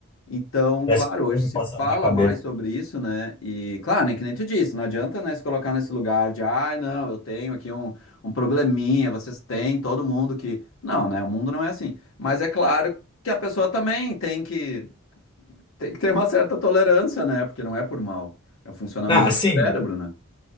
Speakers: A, on the left; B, on the left.
A: então,
B: Parece
A: claro,
B: que
A: hoje
B: foi me
A: se
B: passando
A: fala
B: na cabeça.
A: mais sobre isso, né? E, claro, né, que nem tu disse, não adianta, né, se colocar nesse lugar de, ai, não, eu tenho aqui um, um probleminha, vocês têm, todo mundo que. Não, né? O mundo não é assim. Mas é claro que a pessoa também tem que, tem que ter uma certa tolerância, né? Porque não é por mal. É o funcionamento
B: Ah, sim.
A: do cérebro, né?